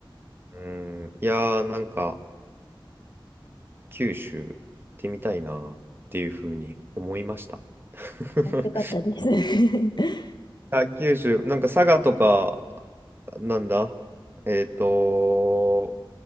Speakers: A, on the right; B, on the left.
A: うん、いやー、なんか、九州行ってみたいなっていうふうに思いました。<laughs>
B: よかったです。<laughs>
A: あ、九州、なんか佐賀とか、なんだ、えっと、